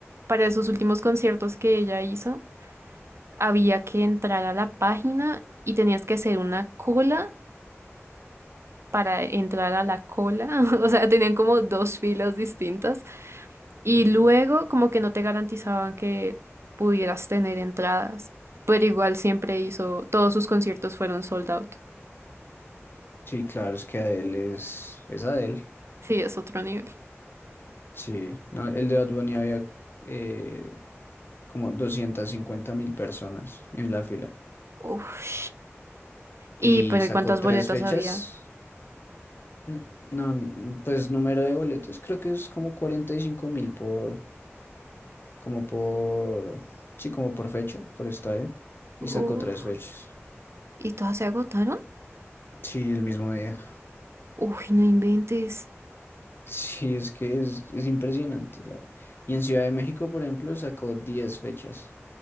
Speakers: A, on the right; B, on the left.
A: para esos últimos conciertos que ella hizo, había que entrar a la página y tenías que hacer una cola para entrar a la cola. <laughs> O sea, tenían como dos filas distintas Y luego como que no te garantizaban que pudieras tener entradas, pero igual siempre hizo, todos sus conciertos fueron sold out.
B: sí, claro, es que Adele es, es Adele.
A: Sí, es otro nivel.
B: Sí, no, el de Bad Bunny había eh, como doscientas cincuenta mil personas en la fila
A: Uf.
B: y
A: Y, pero
B: sacó
A: ¿y cuántas
B: tres
A: boletas
B: fechas.
A: había?
B: Mm, No, n- pues número de boletos creo que es como cuarenta y cinco mil por, como por, sí, como por fecha, por estadio y sacó
A: Uf.
B: tres fechas.
A: ¿Y todas se agotaron?
B: Sí, el mismo día. <laughs>
A: Uy, no inventes.
B: Sí, es que es, es impresionante. la- Y en Ciudad de México, por ejemplo, sacó 10 fechas.